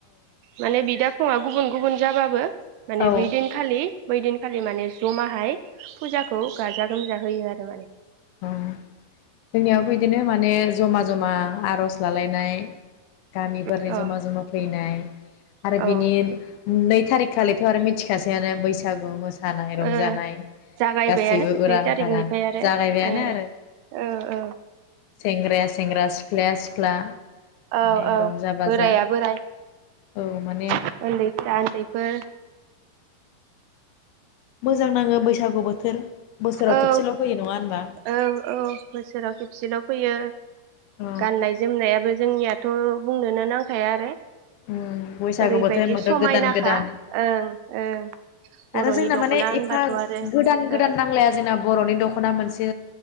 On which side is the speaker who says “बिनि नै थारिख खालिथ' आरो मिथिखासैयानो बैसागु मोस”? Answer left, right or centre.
Left